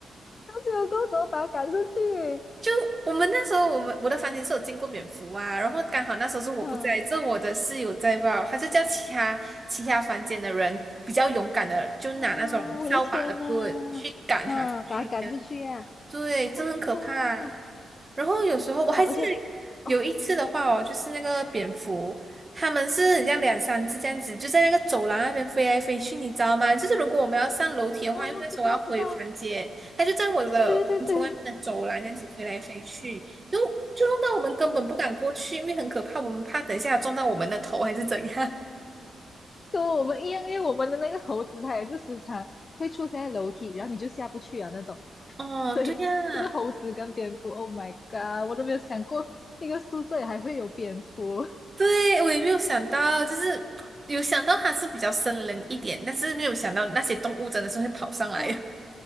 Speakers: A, on the left; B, on the right.
A: 那结果过后怎么把它赶出去？
B: 就我们那时候，我们我的房间是有进过蝙蝠啊，然后刚好那时候是我不在，
A: 嗯，
B: 这我的室友在吧，他就叫其他其他房间的人比较勇敢的，就拿那种扫把的棍去赶它出去，
A: 啊，我的天呐！哈，把他赶出去呀、
B: 这样对，这很可怕。
A: ！Oh my god！
B: 然后有时候我还记得有一次的话哦，
A: 哇，而且，啊，
B: 就是那个蝙蝠，它们是很像两三只这样子，就在那个走廊那边飞来飞去，你知道吗？就是如果我们要上楼梯的话，
A: 哦，
B: 因为那时候我要回房间，
A: 知道知道，
B: 它就在我的房间外面的走廊这样子飞来飞去，
A: 对对对，
B: 就就弄到我们根本不敢过去，因为很可怕，我们怕等一下撞到我们的头还是怎样。
A: 跟我们一样，因为我们的那个猴子它也是时常会出现在楼梯，然后你就下不去啊那种。
B: <laughs> 哦，
A: 对，
B: 对呀，
A: 这个猴子跟蝙蝠，Oh my god！我都没有想过一个宿舍里还会有蝙蝠。
B: 对，我也没有想到，就是有想到它是比较森林一点，但是没有想到那些动物真的是会跑上来。
A: 哇，